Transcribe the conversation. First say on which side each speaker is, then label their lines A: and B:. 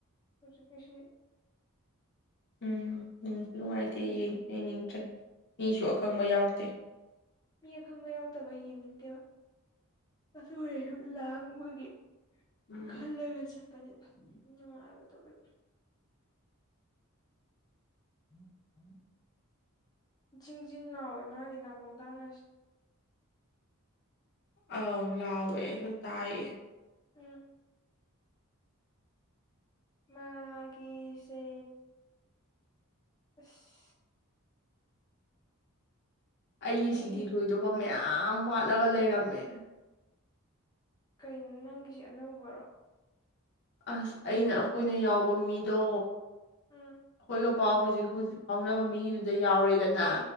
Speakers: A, on the left (about 20°); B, on the left (about 55°).
A: ꯍꯧꯖꯤꯛꯀꯤꯁꯤꯗꯤ
B: ꯎꯝ ꯅꯨꯡꯁꯨ ꯅꯨꯡꯉꯥꯏꯇꯦ ꯌꯦꯡꯁꯨ ꯌ‌ꯦꯡꯅꯤꯡꯗ꯭ꯔꯦ ꯃꯤꯁꯨ ꯑꯈꯪꯕ ꯌꯥꯎꯇ‌ꯦ
A: ꯃꯤ ꯑꯈꯪꯕ ꯌꯥꯎꯇꯕ ꯌꯦꯡꯅꯤꯡꯇ‌ꯦꯕ ꯑꯗꯨ ꯑꯣꯏꯔꯁꯨ ꯂꯥꯡꯕꯒꯤ
B: ꯎꯝ
A: ꯈꯜꯂꯒ ꯆꯠꯄꯅꯤꯗ ꯅꯨꯡꯉꯥꯏꯕꯗꯨꯒꯤ <unintelligible> ꯖꯤꯡ ꯖꯤꯡ ꯂꯥꯎꯋꯦ ꯃꯥꯒꯤ ꯅꯥꯀꯣꯡ ꯇꯥꯟꯅꯕꯁ‌ꯦ
B: ꯑꯥꯎ ꯂꯥꯎꯋꯦ ꯑꯩꯁꯨ ꯇꯥꯏꯌꯦ
A: ꯎꯝ ꯃꯥꯒꯤꯁꯦ ꯑꯁ
B: ꯑꯩꯒꯤ
A: ꯍꯨꯏ
B: ꯁꯤꯗꯤ ꯂꯣꯏꯗꯧꯕ ꯃꯌꯥꯝ ꯋꯥꯠꯂꯒ ꯂꯩꯔꯝꯃꯦ
A: ꯀꯩꯅꯣ ꯅꯪꯒꯤꯁꯦ ꯑꯅꯧꯕꯔꯣ
B: ꯑꯁ ꯑꯩꯅ ꯑꯩꯈꯣꯏꯅ ꯌꯥꯎꯕ ꯃꯤꯗꯣ
A: ꯎꯝ
B: ꯑꯗꯨꯒ ꯄꯥꯎ ꯍꯧꯖꯤꯛ ꯍꯧꯖꯤꯛ ꯐꯥꯎꯅꯕ ꯃꯤꯒꯤꯗꯨꯗ ꯌꯥꯎꯔꯦꯗꯅ